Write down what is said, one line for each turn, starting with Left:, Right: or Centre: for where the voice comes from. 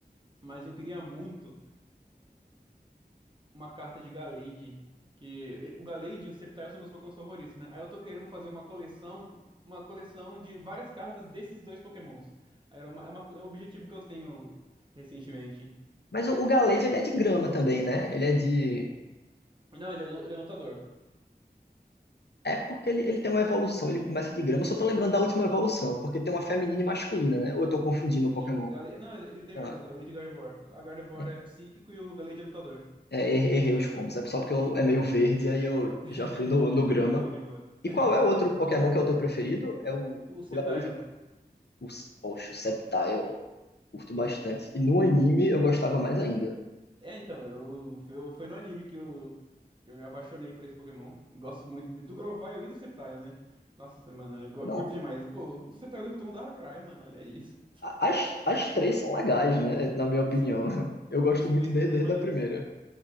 Right: mas eu queria muito. uma carta de Gallade. Que o Gallade e o Sceptile são meus Pokémons favoritos, né? Aí eu tô querendo fazer uma coleção, uma coleção de várias cartas desses dois Pokémons. Aí era uma- é, uma é um objetivo que eu tenho recentemente.
Left: Mas o, o Galete, ele é de grama também, né? Ele é de.
Right: Não, ele é, lu- ele é lutador.
Left: É porque ele, ele tem uma evolução, ele começa de grama. Eu só tô lembrando da última evolução, porque tem uma feminina e masculina, né? Ou eu tô confundindo
Right: Sim,
Left: o Pokémon?
Right: Gallade, não, ele tem
Left: Ah,
Right: mesmo, Gallade e Gardevoir. A Gardevoir
Left: é,
Right: é psíquico e o Gallade é lutador.
Left: é, er- errei os combos. É só porque eu- é meio verde, aí eu
Right: <laughs>
Left: já fui no, no grama.
Right: De boa, de boa.
Left: E
Right: <laughs>
Left: qual é o outro Pokémon que é o teu preferido? É o,
Right: O Sceptile.
Left: o Galete? Os, poxa, o Sceptile. Curto bastante. E no anime eu gostava mais ainda.
Right: É, então, eu, foi, foi no anime que eu, que eu me apaixonei por esse Pokémon. Gosto muito de- do Grovyle e do Sceptile, né? Nossa, mano, eu go-
Left: Não,
Right: curto demais. Pô, o Sceptile derrotou um Darkrai, mano, olha isso.
Left: as, as três são legais, né? Na minha opinião.
Right: Sim,
Left: Eu gosto
Right: os
Left: muito
Right: três
Left: desde,
Right: são muito
Left: desde
Right: maneiros.
Left: a primeira.